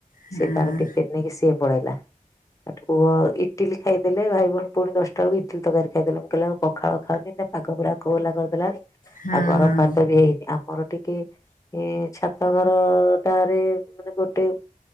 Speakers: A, on the left (about 75°); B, on the left (about 25°).
A: ହଁ
B: ସେ ତାର ଟିଫିନ୍ ନେଇକି ସିଏ ପଳେଇଲା। ଏଠୁକୁ ଇଟିଲି ଖାଇଦେଲେ ଭାଇ ଭଉଣୀ ପୁଣି ଦଶଟା ବେଳକୁ ଇଟିଲି ତରକାରୀ ଖାଇଦେଲେ ମୁଁ କହିଲି ଆଉ ପଖାଳ ଖାଅନୀ ପାଗ ପୁରା କୋହଲା କରିଦେଲାଣି
A: ହଁ
B: ଆଉ ଗରମ
A: ହଁ
B: ଭାତ ବି ହେଇନି ଆମର ଟିକେ ଏ ଛାତ ଘର କୋଠାଘରେ ମାନେ ଗୋଟେ